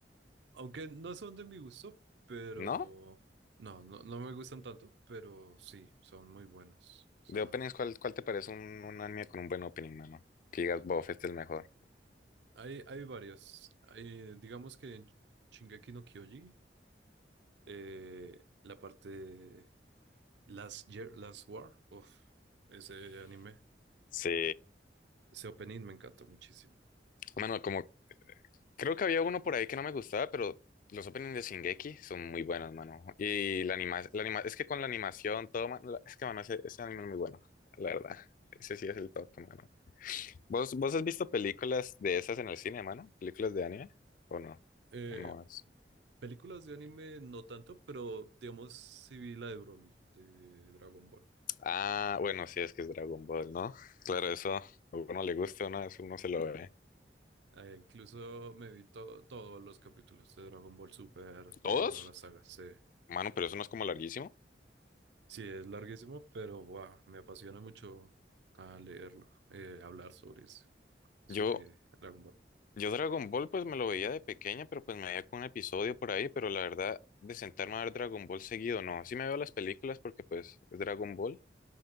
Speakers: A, on the right; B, on the left.
A: aunque no son de mi gusto, pero
B: ¿No?
A: no, no, no me gustan tanto, pero sí, son muy buenos. O sea,
B: De openings, ¿cuál, cuál te parece un, un anime con un buen opening, mano? Que digas, bof, este es el mejor.
A: hay, hay varios. Hay, digamos que en Shingeki no Kyoji, eh, la parte Last Year, Last War, uf, ese anime,
B: Sí.
A: ese opening me encantó muchísimo.
B: Mano, como Creo que había uno por ahí que no me gustaba, pero los openings de Shingeki son muy buenos, mano. Y la anima, la anima- es que con la animación, todo, man- la- es que, mano, ese, ese anime es muy bueno, la verdad. Ese sí es el top, mano. ¿Vos, vos has visto películas de esas en el cine, mano? ¿Películas de anime? ¿O no?
A: Eh,
B: ¿O no has?
A: películas de anime no tanto, pero digamos sí vi la de Broly, de Dragon Ball.
B: Ah, bueno, sí, es que es Dragon Ball, ¿no? Claro, eso a uno le gusta, ¿no? Eso uno se lo ve.
A: Eh, incluso me vi to- todos los capítulos de Dragon Ball Super, todas
B: ¿Todos?
A: las sagas. Sí,
B: Mano, pero eso no es como larguísimo.
A: sí es larguísimo, pero guau, me apasiona mucho a leerlo, eh, hablar sobre eso, sobre
B: Yo,
A: Dragon Ball.
B: Yo Dragon Ball pues me lo veía de pequeña, pero pues me veía con un episodio por ahí, pero la verdad de sentarme a ver Dragon Ball seguido, no, sí me veo las películas porque pues es Dragon Ball,